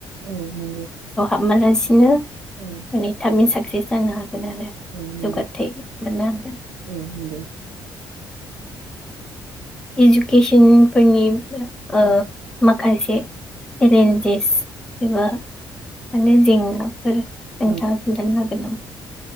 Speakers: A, on the right; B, in the centre.
A: औ नंगौ
B: <unintelligible> माने
A: औ
B: थाबैनो साक्सेस जानो हागोन आरो
A: औ नंगौ
B: जौगाथाय मोननो हागोन
A: औ नंगौ
B: एजुकेसन फोरनि ओ
A: औ
B: मा माखासे चेलेन्जेस एबा माने जेंनाफोर नोंथाङा
A: औ
B: खोनथानो हागोन ना <inaudible>